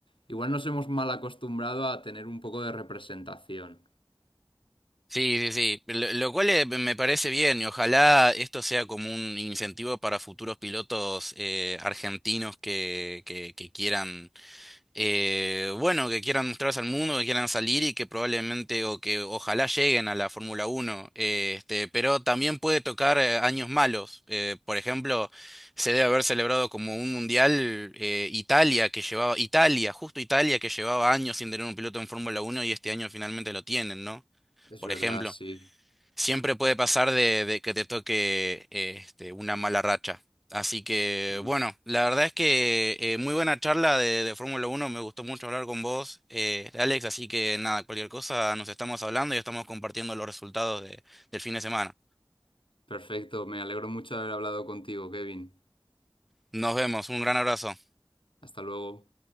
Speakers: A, on the left (about 85°); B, in the centre.
A: igual nos hemos mal acostumbrado a tener un poco de representación.
B: Sí, sí, sí, lo, lo cual eh, me parece bien y ojalá esto sea como un incentivo para futuros pilotos eh, argentinos que, que, que quieran, eh, bueno, que quieran mostrarse al mundo, que quieran salir y que probablemente o que ojalá lleguen a la Fórmula Uno. eh, este, pero también puede tocar eh, años malos. Eh, por ejemplo, se debe haber celebrado como un mundial eh, Italia que llevaba, Italia, justo Italia que llevaba años sin tener un piloto en Fórmula Uno y este año finalmente lo tienen, ¿no?
A: Es
B: Por
A: verdad,
B: ejemplo.
A: sí.
B: Siempre puede pasar de, de que te toque eh, este, una mala racha. Así que,
A: Mm.
B: bueno, la verdad es que eh, muy buena charla de, de Fórmula 1, me gustó mucho hablar con vos, eh, Alex, así que nada, cualquier cosa nos estamos hablando y estamos compartiendo los resultados de- del fin de semana.
A: Perfecto, me alegro mucho de haber hablado contigo, Kevin.
B: Nos vemos, un gran abrazo.
A: Hasta luego.